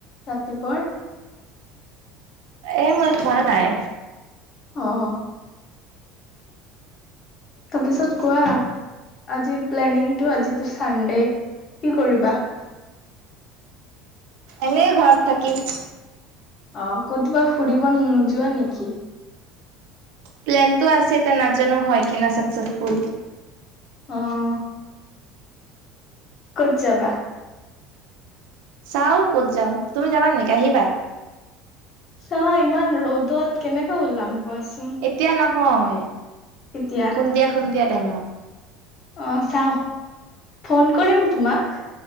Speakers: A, on the left; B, on the right.
A: ৰাতিপুৱাৰ
B: এ মই খোৱা নাই।
A: অ'। তাৰপিছত কোৱা, আজিৰ প্লেনিংটো আজিটো চানডে কি কৰিবা?
B: এনে ঘৰত থাকিম।
A: অ' কতবা ফুৰিব নোযোৱা নেকি?
B: প্লানটো আছে ইতা নাজানো হয় কি না চাকচেচফুল!
A: অ' ক'ত যাবা?
B: চাও ক'ত যাও, তুমি যাবা নেকি আহিবা?
A: চাহ ইমান ৰ'দত কেনেকা ওলাম? কোৱাচোন?
B: এতিয়া নহয়।
A: কেতিয়া
B: সন্ধিয়া-সন্ধিয়া টেনত
A: অ' চাও। ফোন কৰিম তোমাক